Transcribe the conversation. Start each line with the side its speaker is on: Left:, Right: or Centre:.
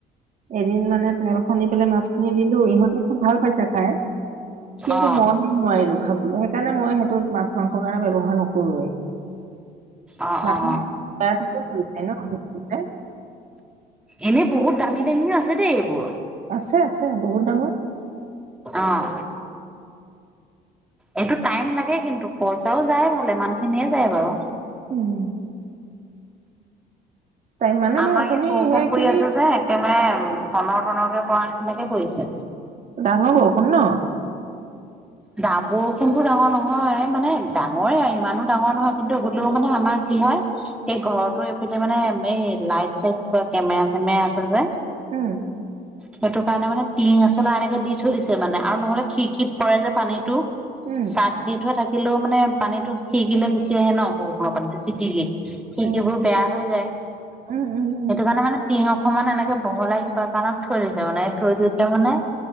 Right: এদিন মানে ত শুনি পেলাই মাছখিনি দিলো। ইহঁতে খুব ভাল পাইছে খাই। কিন্তু,
Centre: অ
Right: মই হে নোৱাৰিলো খাবলৈ। সেইকাৰণে, মই সেইটো মাছ মাংসৰ কাৰণে ব্যৱহাৰ নকৰোৱেই। <unintelligible>
Centre: অ অ
Right: এ।
Centre: এনেই বহুত দামী দামীও আছে দেই এইবোৰ।
Right: আছে, আছে, বহুত দামৰ।
Centre: অঁ এইটো টাইম লাগে কিন্তু, পইচাও যায় ভালে মানখিনিৰ যায় বাৰু।
Right: উম তাই মানে
Centre: আমাৰ
Right: মই অথনি
Centre: ইয়াত বৰষুণ
Right: সেইখিনি
Centre: পৰি আছে যে একেবাৰে উম ঠনৰ ঠনৰকে পৰা নিচিনাকে পৰিছে।
Right: ডাঙৰ বওঁ ষুণ ন?
Centre: দা বৰষুণতো ডাঙৰ নহয় মানে ডাঙৰে আৰু ইমানো ডাঙৰ নহয়, কিন্তু হলেও মানে আমাৰ কি হয় এই ঘৰৰতো এইফালে মানে এই লাইট -চাইট কেমেৰা চেমেৰা আছে যে।
Right: উম
Centre: সেইটো কাৰণে মানে টিঙ এচলা এনেকে দি থৈ দিছে মানে আৰু নহলে খিৰিকীত পৰে যে পানীটো।
Right: উম
Centre: চাত দি থোৱা থাকিলেও মানে পানীতো খিৰিকীলে গুচি আহে ন বৰষুণৰ পানীটো। চিতিলি খিৰিকীবোৰ
Right: উম,
Centre: বেয়া হৈ যায়,
Right: উম, উম,
Centre: সেইটো
Right: উম,
Centre: কাৰণে মানে তিহক অকমান এনেকে বহলাই কিবা কাৰণত কৰিছে মানে, থৈ দিছে মানে।